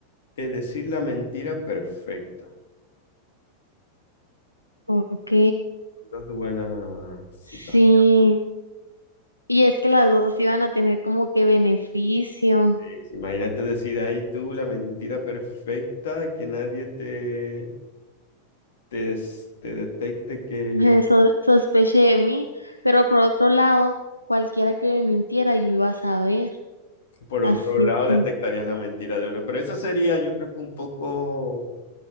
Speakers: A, on the left (about 60°); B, on the left (about 85°).
A: de decir la mentira perfecta?
B: Ok,
A: Dos buenas citas.
B: sí. Y es que las dos iban a tener como que beneficio.
A: Sí,
B: <laughs>
A: sí, Imagínate decir ahí tú la mentira perfecta, que nadie te, te, s- te detecte, que
B: Me so- sospeché de mí, pero por otro lado, cualquiera que me mintiera, yo iba a saber.
A: por
B: Así
A: otro lado
B: que
A: detectarías la mentira de una. Pero esa sería, yo creo que un poco